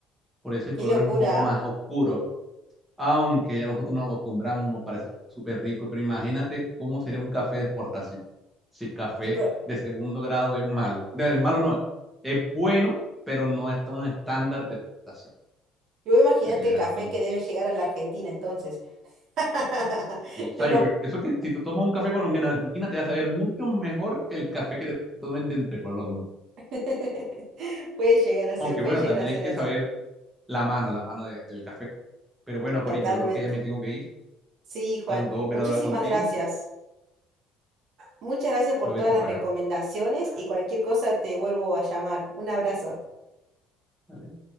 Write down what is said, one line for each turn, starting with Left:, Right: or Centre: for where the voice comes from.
Centre: Por eso el
Right: Qué
Centre: color
Right: locura.
Centre: es un poco más
Right: ¿ah?
Centre: oscuro. Aunque ya nosotros nos acostumbramos, nos parece súper rico. Pero imagínate cómo sería un café de exportación. Si el café
Right: Y, pro-
Centre: de segundo grado es malo. De, de malo no, es es bueno, pero no está en un estándar de exportación.
Right: y vos imaginate
Centre: Para que veas
Right: el café
Centre: tú.
Right: que debe llegar a la Argentina entonces. <laughs>
Centre: Y, o sea,
Right: Lo-
Centre: yo pienso que si tú tomas un café colombiano de Argentina, te va a saber mucho mejor que el café que te tomen de entre Colombia.
Right: <laughs> Puede llegar a ser,
Centre: Aunque
Right: puede
Centre: bueno,
Right: llegar
Centre: también
Right: a ser
Centre: hay que
Right: así,
Centre: saber la mano, la mano de- del café. Pero bueno,
Right: totalmente.
Centre: Cori, yo creo que ya me tengo que ir.
Right: Sí, Juan,
Centre: tanto volver
Right: muchísimas
Centre: a hablar contigo,
Right: gracias. Muchas gracias por
Centre: pero
Right: todas
Centre: vete
Right: las
Centre: por
Right: recomendaciones
Centre: acá.
Right: y cualquier cosa te vuelvo a llamar. Un abrazo.
Centre: ¿vale?